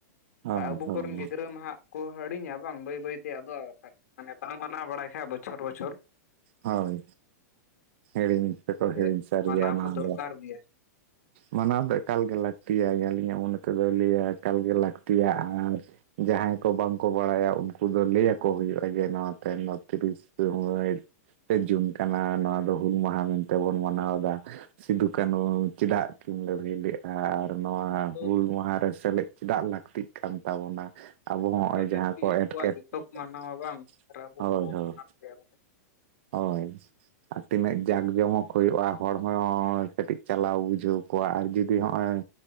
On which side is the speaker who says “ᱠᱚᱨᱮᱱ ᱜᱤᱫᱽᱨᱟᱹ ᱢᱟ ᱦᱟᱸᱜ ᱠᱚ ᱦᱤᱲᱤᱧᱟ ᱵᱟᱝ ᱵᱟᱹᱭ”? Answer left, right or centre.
Left